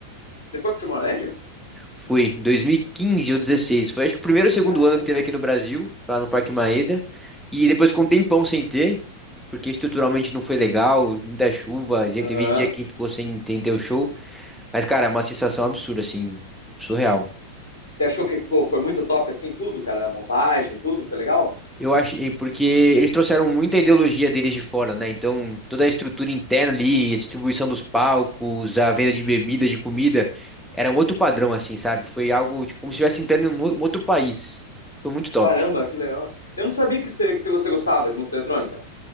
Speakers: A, on the left; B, in the centre.
A: Você foi pro Tomorrowland?
B: Fui em 2015 ou 16, foi acho que o primeiro ou segundo
A: Caramba.
B: ano que teve aqui no Brasil, lá no Parque Maeda, e depois com um tempão sem ter, porque estruturalmente não foi legal, muita chuva, teve
A: Aham.
B: dia que ficou sem, sem ter o show. Mas, cara, é uma sensação absurda, assim, surreal.
A: Você achou que ficou, foi muito top assim, tudo, cara? A montagem, tudo? Foi legal?
B: Eu achei, porque eles trouxeram muita ideologia deles de fora, né? Então, toda a estrutura interna ali, a distribuição dos palcos, a venda de bebida, de comida, era um outro padrão, assim, sabe? Foi algo, tipo, como se estivesse entrando em um o- um outro país. Foi muito top.
A: Caramba, que legal. Eu não sabia que você, que você gostava de música eletrônica.